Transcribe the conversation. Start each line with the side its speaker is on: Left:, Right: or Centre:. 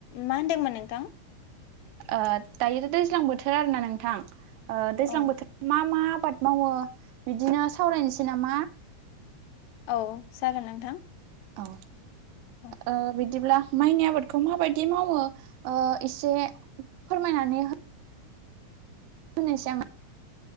Left: मा होनदोंमोन नोंथां
Right: ओ दायोथ' दैज्लां बोथोर आरो ना नोंथां ओ दैज्लां
Left: औ
Right: बोथोराव मा मा आबाद मावो बिदिनो सावरायनोसै नामा
Left: औ जागोन नोंथां
Right: औ
Left: औ
Right: ओ बिदिब्ला माइनि आबादखौ माबायदि मावो एसे फोरमायनानै हो <unintelligible>